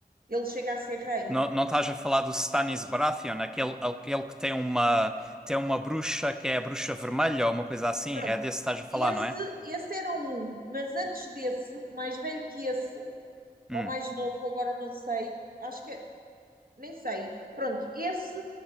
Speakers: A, on the right; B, in the centre.
A: ele chega a ser rei.
B: Não, não estás a falar do Stanis Baratheon, aquele, aquele que tem uma, tem uma bruxa que é a bruxa vermelha ou uma coisa assim?
A: Pronto,
B: É desse que estás a falar,
A: esse,
B: não é?
A: esse era um, mas antes desse, mais velho que esse,
B: Hum.
A: ou mais novo, agora não sei, acho que nem sei. Pronto, esse